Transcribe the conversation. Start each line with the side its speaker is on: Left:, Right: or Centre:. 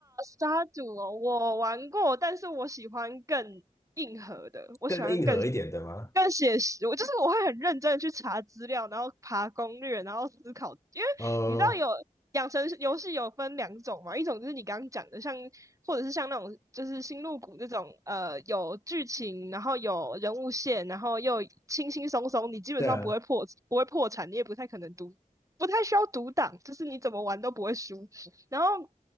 Right: 杀毒哦，我玩过，但是我喜欢更硬核的，我喜欢更
Left: 更硬核一点的吗？
Right: 更写实。我就是我会很认真的去查资料，然后爬攻略，然后思考，因为你知道有养成游戏有分两种嘛，
Left: 呃，
Right: 一种就是你刚刚讲的，像或者是像那种就是星露谷这种，呃，有剧情，然后有人物线，然后又轻轻松松，你基本上不会破不会破产，
Left: 对啊，
Right: 你也不太可能读，不太需要读档，就是你怎么玩都不会输。然后